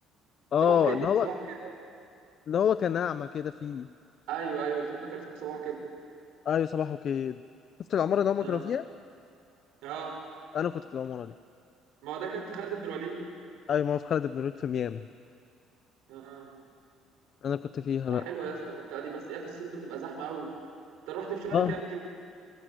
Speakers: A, on the left; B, on the right.
A: آه
B: صباحه كده
A: اللي هو
B: صباحه كده
A: اللي هو كان أعمى كده فيه
B: ايوه ايوه الفيلم كان اسمه صباحه كده
A: أيوة صباح وكيد شفت العمارة اللي هما
B: اه
A: كانوا فيها؟
B: اه
A: أنا كنت في العمارة دي
B: ما هو ده كان في خالد بن الوليد
A: ايوه ما هو في خالد بن الوليد في ميامي
B: اه
A: انا كنت فيها
B: ده
A: بقى
B: حلوة يا اسطى المنطقة دي بس ايه في الصيف بتبقى زحمة قوي انت رحت في شهر
A: اه
B: كام كده